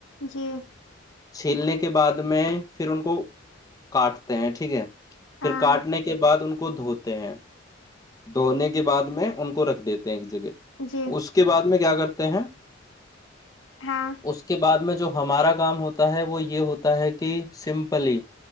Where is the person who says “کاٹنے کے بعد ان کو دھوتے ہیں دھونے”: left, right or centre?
Left